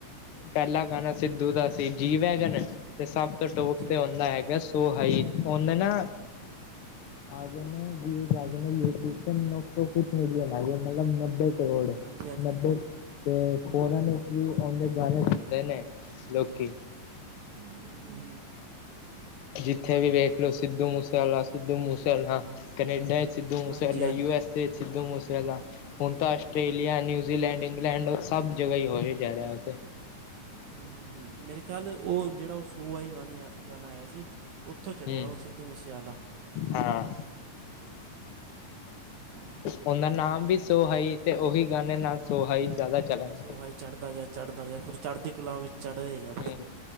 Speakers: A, on the left (about 80°); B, on the right (about 70°).
A: ਪੈਲਾ ਗਾਨਾ ਸਿੱਦੂ ਦਾ ਸੀ ਜੀ ਵੈਗਨ ਤੇ ਸਬ ਟੋਪ
B: ਹਾਂਜੀ
A: ਤੇ
B: ਵਾ-
A: ਆਉਂਦਾ ਹੈਗਾ ਸੋ ਹਾਈ ੳਹਣੇ ਨਾ ਆ ਗਏ ਨੇ ਵਿਊਜ਼ ਆ ਗਏ ਨੇ ਯੂਟਿਊਬ ਤੇ ਨੌ ਸੌ ਕੁਛ ਮਿਲੀਅਨ ਆ ਗਏ ਮਤਲਬ ਨੱਬੇ, ਕਰੋੜ
B: ਹਾਂਜੀ ਹਾਂਜੀ
A: ਨੱਬੇ
B: ਹੂੰ
A: ਤੇ, ਫੋਰਨ ਵਿੱਚ ਵੀ ਆਉਂਦੇ ਗਾਣੇ ਨਹੀਂ ਨਹੀਂ ਲੋਕੀ
B: ਹਂ, ਹਂ, ਹਂ।
A: ਜਿੱਥੇ ਵੀ ਵੇਖ ਲਓ ਸਿੱਧੂ ਮੂਸੇਵਾਲਾ ਸਿੱਧ ਮੂਸੇ ਕਨੇਡਾ, ਸਿੱਧ ਮੂਸੇਲਾ
B: ਹਾਂਜੀ ਹਾਂਜੀ
A: ਯੂ ਐੱਸ ਏ, ਸਿੱਧ ਮੂਸੇਲਾ ਹੁਣ ਤਾਂ ਆਸਟ੍ਰੇਲੀਆ, ਨਿਊਜ਼ੀਲੈਂਡ, ਇੰਗਲੈਂਡ ਉਹ ਸਭ ਜਗਾ ਹੀ ਹੋ ਹੀ ਜਾ ਰਿਹਾ ਉੱਥੇ।
B: ਹੂੰ, ਹੂੰ ਮੇਰੇ ਖਿਆਲ ਉਹ ਜਿਹੜਾ ਉਹ ਸੌ ਵਾਲੀ ਗਾਣੇ ਆ ਗਾਣਾ ਆਇਆ ਸੀ। ਉੱਥੋਂ ਚੜ੍ਹਿਆ
A: ਹੂੰ
B: ਉਹ ਸਿੱਧੂ ਮੂਸੇਵਾਲਾ
A: ਹਾਂ
B: ਜ਼ਿਆਦਾ ਹੈ ਨਾ? ਹਾਂ
A: ਉਹਦਾ ਨਾਮ ਵੀ ਸੋਹਾਈ ਤੇ ਉਹੀ ਗਾਣੇ ਨਾਲ ਸੋਹਾਈ ਜ਼ਿਆਦਾ ਚਲਾ ਗਿਆ।
B: ਵਾਈ ਚੜਦਾ ਗਿਆ। ਚੜ੍ਹਦਾ ਜਾਂ ਫਿਰ ਚੜ੍ਹਦੀ ਕਲਾਂ ਵਿੱਚ ਚੜ੍ਹੇਗਾ
A: ਹੈ